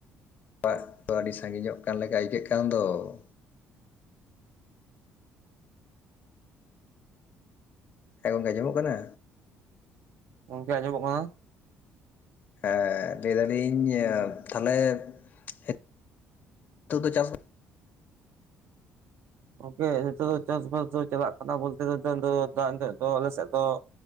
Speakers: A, on the left (about 40°); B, on the right (about 65°).
A: ᱚᱲᱟᱜ ᱫᱚ ᱟᱹᱰᱤ ᱥᱟᱺᱜᱤᱧᱚᱜ ᱠᱟᱱ ᱞᱮᱠᱟ ᱟᱹᱭᱠᱟᱹᱜ ᱠᱟᱱ ᱫᱚ ᱾ ᱦᱮᱸ ᱜᱚᱝᱠᱮ ᱟᱡᱚᱢᱚᱜ ᱠᱟᱱᱟ?
B: ᱜᱚᱝᱠᱮ ᱟᱸᱡᱚᱢᱚᱜ ᱠᱟᱱᱟ ᱾
A: ᱦᱮᱸ ᱞᱟᱹᱭ ᱫᱟᱞᱤᱧ ᱛᱟᱦᱚᱞᱮ ᱱᱤᱛᱚᱜ ᱫᱚ ᱪᱟᱥ
B: ᱜᱚᱢᱠᱮ ᱱᱤᱛᱚᱜ ᱫᱚ ᱪᱟᱥᱵᱟᱥ ᱫᱚ ᱪᱟᱞᱟᱜ ᱠᱟᱱᱟ ᱵᱚᱞᱛᱮ <inaudible> ᱫᱚ ᱟᱞᱮ ᱥᱮᱫ ᱫᱚ